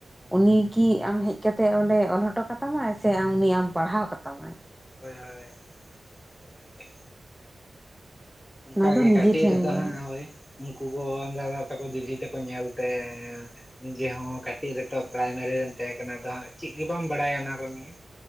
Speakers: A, in the centre; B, on the left.
A: ᱩᱱᱤ ᱠᱤ ᱟᱢ ᱦᱮᱡ ᱠᱟᱛᱮᱜ ᱚᱸᱰᱮ ᱚᱞ ᱦᱚᱴᱚ ᱠᱟᱛᱟᱢᱟ ᱥᱮ ᱟᱢ ᱩᱱᱤ ᱟᱢ ᱯᱟᱲᱦᱟᱣ ᱠᱟᱛᱟᱢᱟᱭ
B: ᱦᱳᱭ ᱦᱳᱭ ᱚᱱᱟᱜᱮ ᱚᱱᱠᱟᱜᱮ
A: ᱚᱱᱟ ᱫᱚ ᱱᱤᱡᱮ
B: ᱠᱟᱹᱴᱤᱡ
A: ᱴᱷᱮᱱ
B: ᱨᱮᱫᱚ
A: ᱜᱮ
B: ᱦᱮᱸ ᱦᱳᱭ ᱩᱱᱠᱩ ᱠᱚ ᱫᱟᱫᱟ ᱛᱟᱠᱚ ᱫᱤᱞᱤ ᱛᱮᱠᱚ ᱧᱮᱞ ᱛᱮ ᱱᱤᱡᱮᱦ ᱠᱟᱹᱴᱤᱡ ᱨᱮᱛᱚ ᱯᱨᱟᱭᱢᱟᱨᱤ ᱨᱮᱢ ᱛᱟᱦᱮᱸ ᱠᱟᱱᱟ ᱟᱫᱚ ᱦᱟᱸᱜ ᱪᱮᱫ ᱜᱮ ᱵᱟᱢ ᱵᱟᱲᱟᱭᱟ ᱚᱱᱟ ᱠᱚ ᱱᱤᱭᱮ